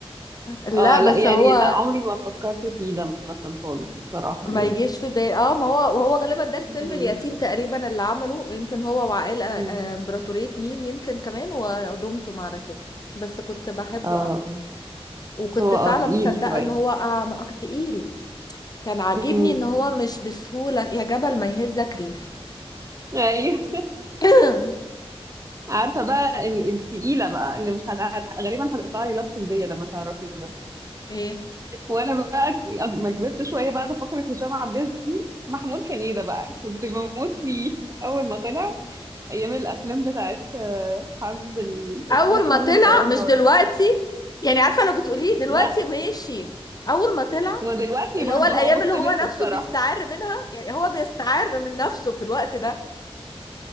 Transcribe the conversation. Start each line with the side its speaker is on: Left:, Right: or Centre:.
Left: لا
Right: اه
Left: بس
Right: لا يعني
Left: هو
Right: لا عمري ما فكرت فيه ده مثلا خالص بصراحه
Left: ما
Right: يعني
Left: يجيش في بالي اه ما هو وهو غالبا ده الفيلم
Right: مم.
Left: اليتيم تقريبا اللي عمله يمكن هو وعائلة آه،
Right: مم.
Left: امبراطورية ميم يمكن كمان ودمتم معنا كده بس كنت بحبه
Right: اه
Left: اه
Right: آه.
Left: وكنت
Right: هو
Left: فعلا
Right: اه تقيل
Left: مصدقة
Right: شويه
Left: ان هو اه ما- تقيل كان عاجبني
Right: مم.
Left: ان هو مش بسهولة يا جبل ما يهزك ريح
Right: ايوه
Left: <coughs>
Right: عارفه بقى ال- التقيله بقى اللي مش هت... هت- غالبا هتقطع لي علاقتك بيا لما تعرفي ده
Left: <clears throat> ايه
Right: وانا بقى ك- لما كبرت شويه بعد فقره هشام عباس دي محمود حميده بقى كنت بموت فيه اول ما طلع ايام الافلام بتاعت آه، حرب ال... اسمها
Left: اول
Right: ايه
Left: ما
Right: حرب
Left: طلع
Right: الفراعنه
Left: مش
Right: ولا
Left: دلوقتي يعني عارفة لو بتقوليه دلوقتي
Right: لا
Left: ماشي اول ما طلع
Right: ودلوقتي
Left: اللي
Right: برضه
Left: هو الايام
Right: هو مستمر
Left: اللي هو نفسه
Right: بصراحه
Left: بيستعر منها يعني هو بيستعر من نفسه في الوقت ده